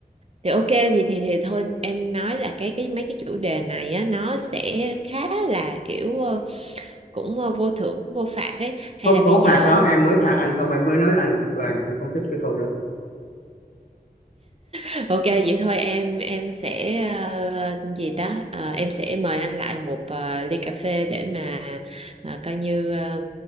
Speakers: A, on the right; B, on the left.
A: thì ok thì thì thì thôi em nói là cái cái mấy cái chủ đề này á nó sẽ khá là kiểu ờ, cũng ờ, vô thưởng vô phạt ấy hay
B: Không
A: là bây
B: có
A: giờ
B: phạt
A: ấy,
B: đó Em
A: mình
B: mới phạt anh xong anh mới nói anh Đoàn anh không thích cái câu đó
A: ờ, <laughs> ok vậy thôi em em sẽ ờ, gì ta Ờ, em sẽ mời anh lại một ờ, ly cà phê để mà ờ, coi như ờ,